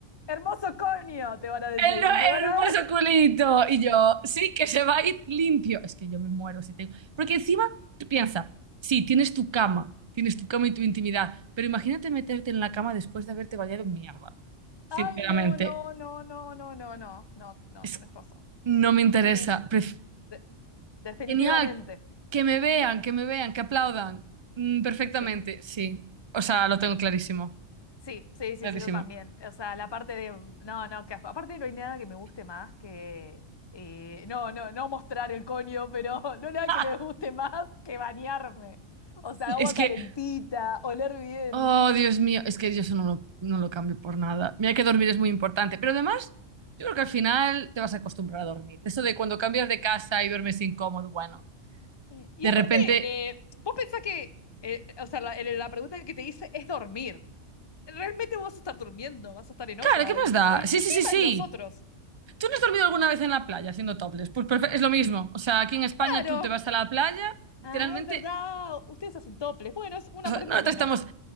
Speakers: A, on the left; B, on the right.
A: Hermoso coño, te van a decir.
B: El no-
A: Y se van a
B: hermoso
A: <laughs>
B: culito. Y yo, sí, que se va a ir limpio. Es que yo me muero si tengo. Porque encima, tú piensas, sí, tienes tu cama, tienes tu cama y tu intimidad, pero imagínate meterte en la cama después de haberte bañado en mierda. Sinceramente,
A: Ay, no, no, no, no, no, no, no, no, no,
B: es-
A: tenés razón.
B: no me interesa.
A: Sí, sí,
B: Pref-
A: de- definitivamente.
B: Genial, que me vean, que me vean, que aplaudan. Mm, perfectamente,
A: Sí,
B: sí. O sea, lo tengo clarísimo,
A: sí, sí, sí,
B: clarísimo.
A: sí, yo también. O sea, la parte de, mm, no, no, qué asco. Aparte no hay nada que me guste más que, eh, no, no, no mostrar el coño, pero <laughs> no hay nada
B: <laughs>
A: que me guste más que bañarme. O sea,
B: Es
A: agua calentita,
B: que
A: oler bien.
B: Oh, Dios mío, es que yo eso no lo, no lo cambio por nada. Mira que dormir es muy importante, pero además, yo creo que al final te vas a acostumbrar a dormir. Eso de cuando cambias de casa y duermes incómodo, bueno,
A: Sí. Y
B: de
A: aparte,
B: repente,
A: eh, vos pensás que, eh, o sea, la, el- la pregunta que te hice es dormir. Realmente vos vas a estar durmiendo, vas a estar en
B: claro,
A: otra.
B: ¿qué más
A: El,
B: da?
A: el-
B: Sí,
A: el
B: sí,
A: tema
B: sí, sí.
A: es los otros.
B: ¿Tú no has dormido alguna vez en la playa haciendo topless? Pues perfe- es lo mismo. O sea, aquí en España
A: Claro.
B: tú te vas a la playa, literalmente
A: Ah, es verdad. Ustedes hacen toples. Bueno, es una prenda
B: Nosotros
A: menos.
B: estamos.